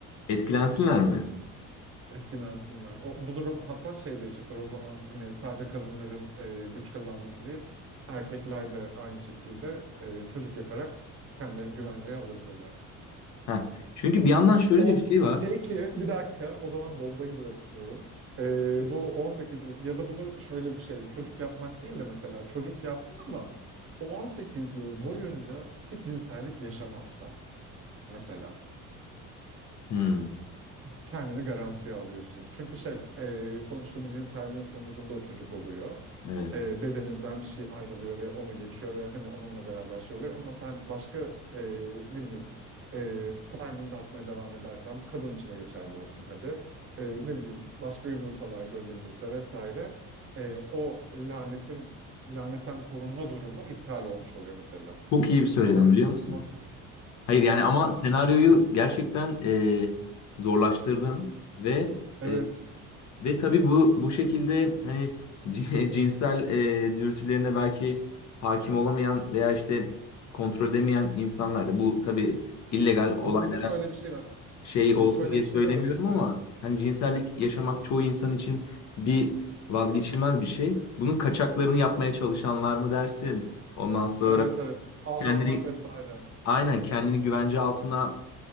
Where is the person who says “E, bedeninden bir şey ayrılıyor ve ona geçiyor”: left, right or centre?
Right